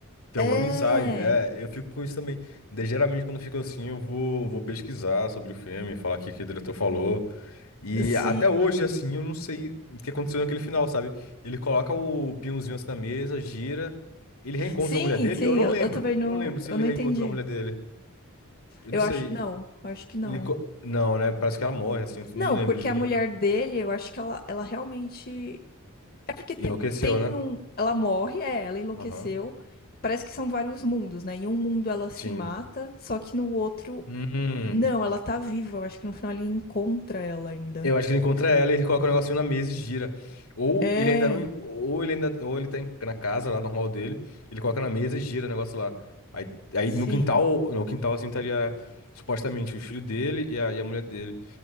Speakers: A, on the left (about 75°); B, on the left (about 45°).
A: tem
B: É,
A: alguma mensagem, né? Eu fico com isso também. Daí, geralmente, quando eu fico assim, eu vou, vou pesquisar sobre o filme, falar o que, que o diretor falou. E
B: sim,
A: até hoje, assim, eu não sei o que aconteceu naquele final, sabe? Ele coloca o pinhãozinho assim na mesa, gira, ele reencontra
B: sim,
A: a mulher dele?
B: sim,
A: Eu não
B: eu,
A: lembro.
B: eu também não,
A: Eu não lembro se
B: eu
A: ele
B: não
A: reencontrou
B: entendi.
A: a mulher dele. Eu
B: Eu
A: não sei.
B: acho que não, acho que não.
A: Ele... co- Não, né? Parece que ela morre, assim, não
B: Não,
A: lembro
B: porque
A: direito.
B: a mulher dele, eu acho que ela, ela realmente. É porque te-
A: Enlouqueceu,
B: tem
A: né?
B: um. Ela morre, é, ela enlouqueceu.
A: Aham.
B: Parece que são vários mundos, né? Em um mundo ela se
A: Sim.
B: mata, só que no outro.
A: Hum.
B: Não, ela tá viva. Eu acho que no final ele encontra ela ainda.
A: Eu acho que ele encontra ela, ele coloca o negocinho na mesa e gira. Ou
B: É,
A: ele ainda não. en- Ou ele ainda. Ou ele tá em- na casa lá, normal dele. Ele coloca na mesa e gira o negócio lá. Aí, aí
B: sim,
A: no quintal, no quintal assim estaria supostamente o filho dele e a, e a mulher dele.